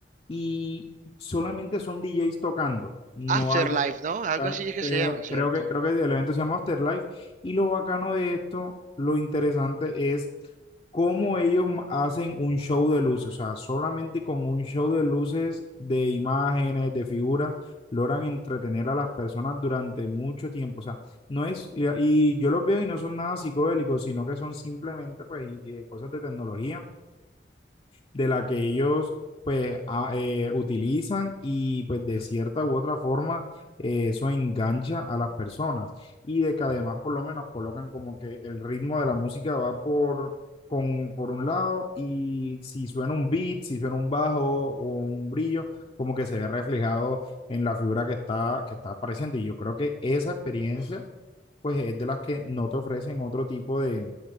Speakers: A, on the left; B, on the right.
A: y solamente son DJs tocando, no
B: Afterlife,
A: hay
B: ¿no? Algo
A: Ah,
B: así es que
A: eh,
B: se llama, ¿cierto?
A: Creo que, creo que el evento se llama Afterlife y lo bacano de esto, lo interesante es cómo ellos ma- hacen un show de luces, o sea, solamente con un show de luces, de imágenes, de figuras, logran entretener a las personas durante mucho tiempo, o sea, no es, y, y yo los veo y no son nada psicodélicos, sino que son simplemente pues y- eh, cosas de tecnología de la que ellos pues a- eh, utilizan y pues de cierta u otra forma eh, eso engancha a las personas y de que además por lo menos colocan como que el ritmo de la música va por, con, por un lado y si suena un beat, si suena un bajo o un brillo, como que se ve reflejado en la figura que está, que está apareciendo y yo creo que esa experiencia pues es de las que no te ofrecen otro tipo de,